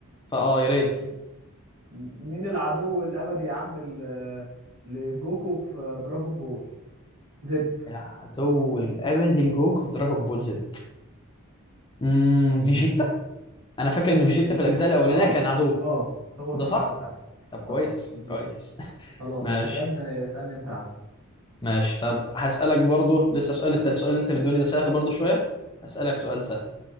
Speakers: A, on the left; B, on the right.
A: فاه يا ريت
B: م- مين العدو الابدي يا عم ل- لجوكو في دراجون بول زد
A: العدو الابدي لجوكو في دراجون بول زد امم فيجيتا انا فاكر ان فيجيتا
B: فيجيتا
A: في الاجزاء الاولانيه
B: اه
A: كان عدو
B: اه هو
A: ده
B: فيجيتا
A: صح
B: فعلا
A: طب كويس
B: اه آه، فيجيتا
A: كويس <laughs>
B: خلاص
A: ماشي
B: اسألني اسألني انت يا عم
A: ماشي طب هسالك برضو لسه سؤال التالت السؤال اللي انت مدوني ده سهل برضو شويه هسالك سؤال سهل